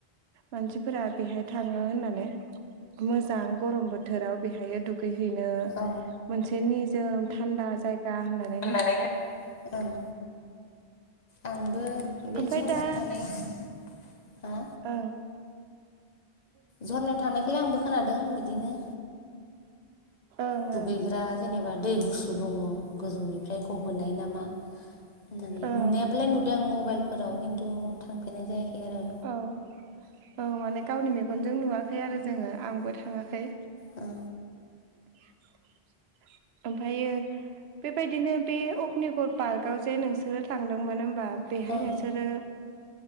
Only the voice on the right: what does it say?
मानसिफोरा बेहाय थाङो होननानै मोजां गरम बोथोराव बेहायो दुगै हैैनो
मोनसे निजोम थान्दा जाय गा होननांगोन
ओमफ्राय
दा
औ
ओं
ओं
ओं
औ औ माने गावनि मेगनजों नुवाखै आरो जोङो आंबो थाङाखै
<unintelligible> ओमफ्रायो बेबायदिनो बे अग्निगर पार्कआव जे नोंसोरो थांदोंमोन होमबा बेहाय
नोंसोरो